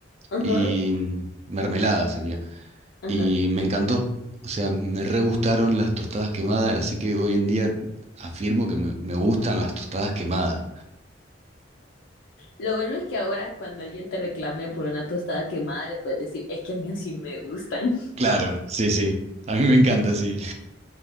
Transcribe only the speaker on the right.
y mm, mermelada sería.
Y me encantó. O sea, me re gustaron las tostadas quemadas, así que hoy en día afirmo que me, me gustan las tostadas quemadas.
Claro, sí, sí. A mí me encanta, sí.